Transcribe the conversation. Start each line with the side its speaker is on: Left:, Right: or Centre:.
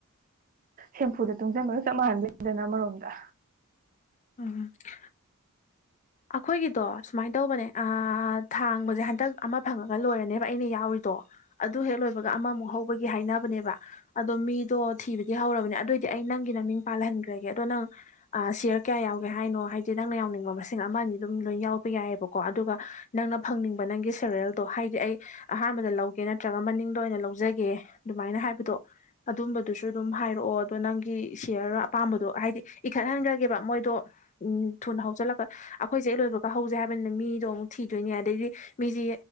Right: ꯁꯦꯝꯐꯨꯗ ꯇꯨꯡꯁꯤꯟꯕꯒ ꯆꯞ ꯃꯥꯟꯅꯗꯣꯏꯅꯤꯗꯅ ꯑꯃꯔꯣꯝꯗ
Left: ꯎꯝ <unintelligible> ꯑꯩꯈꯣꯏꯒꯤꯗꯣ ꯁꯨꯃꯥꯏ ꯇꯧꯕꯅꯦ ꯑꯑꯑ ꯑꯑ ꯊꯥꯡꯕꯁꯦ ꯍꯟꯇꯛ ꯑꯃ ꯐꯪꯉꯒ ꯂꯣꯏꯔꯅꯦꯕ ꯑꯩꯅ ꯌꯥꯎꯔꯤꯗꯣ ꯑꯗꯨ ꯍꯦꯛ ꯂꯣꯏꯕꯒ ꯑꯃꯃꯨꯛ ꯍꯧꯕꯒꯤ ꯍꯥꯏ ꯍꯥꯏꯅꯕꯅꯦꯕ ꯑꯗꯣ ꯃꯤꯗꯣ ꯊꯤꯕꯗꯤ ꯍꯧꯔꯕꯅꯦ ꯑꯗꯨꯑꯣꯏꯗꯤ ꯑꯩ ꯅꯪꯒꯤ ꯅꯃꯤꯡ ꯄꯥꯜꯍꯟꯈ꯭ꯔꯒꯦ ꯑꯗꯣ ꯅꯪ ꯑ ꯁꯤꯌꯔ ꯀꯌꯥ ꯌꯥꯎꯒꯦ ꯍꯥꯏꯅꯣ ꯍꯥꯏꯗꯤ ꯅꯪꯅ ꯌꯥꯎꯅꯤꯡꯕ ꯃꯁꯤꯡ ꯑꯃ ꯑꯅꯤ ꯑꯗꯨꯝ ꯂꯣꯏ ꯌꯥꯎ ꯌꯥꯏꯑꯕꯀꯣ ꯑꯗꯨꯒ ꯅꯪꯅ ꯐꯪꯅꯤꯡꯕ ꯅꯪꯒꯤ ꯁꯦꯔꯦꯜꯗꯣ ꯍꯥꯏꯗꯤ ꯑꯩ ꯑꯥꯍꯥꯟꯕ ꯕꯗ ꯂꯧꯒꯦ ꯅꯠꯇ꯭ꯔꯒ ꯃꯅꯤꯡꯗ ꯑꯣꯏꯅ ꯂꯧꯖꯒꯦ ꯑꯗꯨꯃꯥꯏꯅ ꯍꯥꯏꯕꯗꯣ ꯑꯗꯨꯝꯕꯗꯨꯁꯨ ꯑꯗꯨꯝ ꯍꯥꯏꯔꯛꯑꯣ ꯑꯗꯣ ꯅꯪꯒꯤ ꯁꯤꯌꯔ ꯑꯄꯥꯝꯕꯗꯣ ꯍꯥꯏꯗꯤ ꯏꯈꯠꯍꯟꯒ꯭ꯔꯒꯦꯕ ꯃꯣꯏꯗꯣ ꯎꯝ ꯊꯨꯅ ꯍꯧꯖꯜꯂꯛ ꯑꯩꯈꯣꯏꯖꯦ ꯍꯦꯛ ꯂꯣꯏꯕꯒ ꯍꯧꯖꯦ ꯍꯥꯏꯕꯅꯤꯅ ꯃꯤꯗꯣ ꯑꯃꯨꯛ ꯊꯤꯗꯣꯏꯅꯦ ꯑꯗꯩꯗꯤ ꯃꯤꯖꯤ